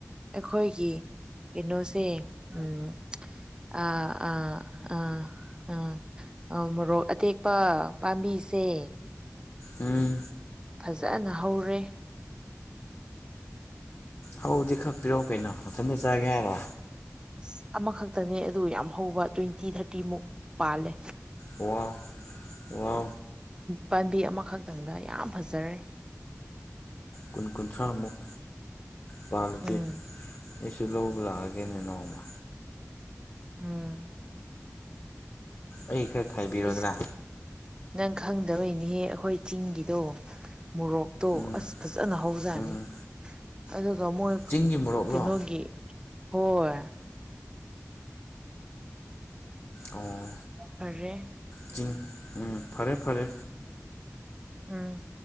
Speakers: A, on the right (about 15°); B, on the left (about 45°).
A: ꯑꯩꯈꯣꯏꯒꯤ ꯀꯩꯅꯣꯁꯤ ꯎꯝꯝ ꯑꯥꯑ ꯑꯥ ꯑꯥ ꯑꯥ ꯑꯧ ꯃꯣꯔꯣꯛ ꯑꯇꯦꯛꯄꯥ ꯄꯥꯝꯕꯤꯁꯦ
B: ꯎꯝꯝ
A: ꯐꯖꯅꯥ ꯍꯧꯔꯦ꯫
B: ꯍꯥꯎꯗꯤ ꯈꯛ ꯄꯤꯔꯛꯑꯣ ꯀꯩꯅꯣ ꯃꯊꯟꯇ ꯆꯥꯒꯦ ꯍꯥꯏꯔꯣ
A: ꯑꯁ ꯑꯃꯈꯛꯇꯅꯦ ꯑꯗꯨ ꯌꯥꯝ ꯍꯧꯕ ꯇ꯭ꯋꯦꯟꯇꯤ ꯊꯥꯔꯇꯤꯃꯨꯛ ꯄꯥꯜꯂꯦ
B: ꯋꯥꯋꯥ ꯋꯥ
A: ꯄꯥꯝꯕꯤ ꯑꯃꯈꯛꯇꯪꯗ ꯌꯥꯝ ꯐꯖꯔꯦ
B: ꯀꯨꯟ ꯀꯨꯟꯊ꯭ꯔꯥꯃꯨꯛ ꯄꯥꯜꯂꯗꯤ
A: ꯎꯝ
B: ꯑꯩꯁꯨ ꯂꯧꯕ ꯂꯥꯛꯑꯒꯦꯅꯦ ꯅꯣꯡꯃ
A: ꯎꯝ
B: ꯑꯩ ꯈꯔ ꯈꯥꯏꯕꯤꯔꯣꯗꯅ
A: ꯏꯁ ꯅꯪ ꯈꯪꯗꯕꯩꯅꯦꯍꯦ ꯑꯩꯈꯣꯏ ꯆꯤꯡꯒꯤꯗꯣ ꯃꯣꯔꯣꯛꯇꯣ
B: ꯎꯝ
A: ꯑꯁ ꯐꯖꯅ ꯍꯧꯖꯅꯤ
B: ꯎꯝ
A: ꯑꯗꯨꯒ ꯃꯣꯏ
B: ꯆꯤꯡꯒꯤ ꯃꯣꯔꯣꯛꯂꯣ
A: ꯀ ꯅꯣꯒꯤꯤ ꯍꯣꯏ
B: ꯑꯣ
A: ꯐꯦ
B: ꯆꯤꯡ ꯎꯝ ꯐꯔꯦ ꯐꯔꯦ
A: ꯎꯝ